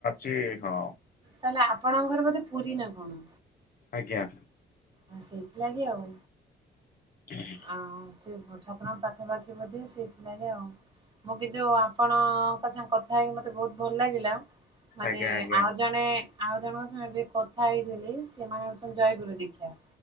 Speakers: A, on the left (about 45°); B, on the right (about 25°).
A: ଚି ହଁ।
B: ତାହେଲେ ଆପଣଙ୍କର ଘର ବୋଧେ ପୁରୀ ନା କଣ?
A: ଆଜ୍ଞା।
B: ହଁ ସେଇଥିଲାଗି ଆଉ।
A: ହୁଁ
B: ଆଁଉ ସେଇ ଠାକୁରଙ୍କ ପାଖାପାଖି ବୋଧେ ସେଇଥିଲାଗି ଆଉ। ମୁଁ କିନ୍ତୁ ଆପଣଙ୍କ ସାଙ୍ଗେ କଥା ହେଇକି ମତେ ବହୁତ ଭଲ ଲାଗିଲା। ମାନେ
A: ଆଜ୍ଞା ଆଜ୍ଞା।
B: ଆଉ ଜଣେ ଆଉ ଜଣଙ୍କ ସାଙ୍ଗରେ ବି କଥା ହେଇଥିଲି ସେମାନେ ହଉଚନ୍ତି ଜୟଗୁରୁ ଦୀକ୍ଷା।